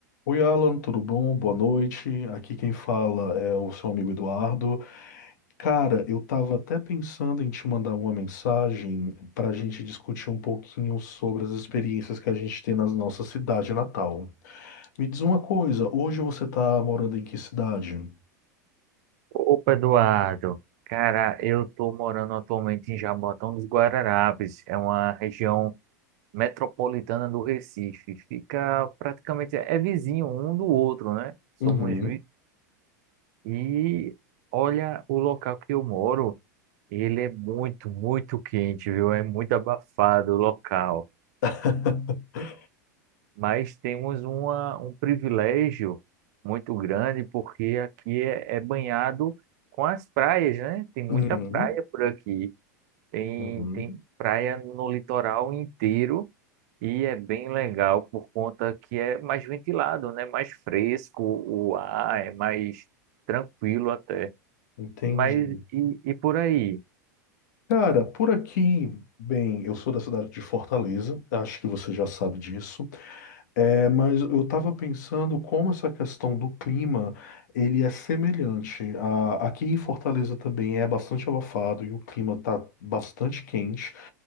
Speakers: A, on the left; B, on the right.
A: Oi, Alan, tudo bom? Boa noite. Aqui quem fala é o seu amigo Eduardo. Cara, eu tava até pensando em te mandar uma mensagem para a gente discutir um pouquinho sobre as experiências que a gente tem na nossa cidade natal. Me diz uma coisa, hoje você tá morando em que cidade?
B: Opa, Eduardo. Cara, eu tô morando atualmente em Jaboatão dos Guararapes. É uma região metropolitana do Recife. Fica praticamente é vizinho um do outro, né? Somos
A: Uhum.
B: vi- e olha o local que eu moro. Ele é muito, muito quente, viu? É muito abafado o local.
A: <laughs>
B: mas temos uma, um privilégio muito grande porque aqui é, é banhado com as praias, né? Tem muita
A: Uhum.
B: praia por aqui. Tem,
A: Uhum.
B: tem praia no litoral inteiro e é bem legal por conta que é mais ventilado, né? Mais fresco o ar, é mais tranquilo até.
A: Entendi.
B: E Mas e, e por aí?
A: Cara, por aqui, bem, eu sou da cidade de Fortaleza, acho que você já sabe disso. É, mas eu estava pensando como essa questão do clima, ele é semelhante. A- aqui em Fortaleza também é bastante abafado e o clima está bastante quente,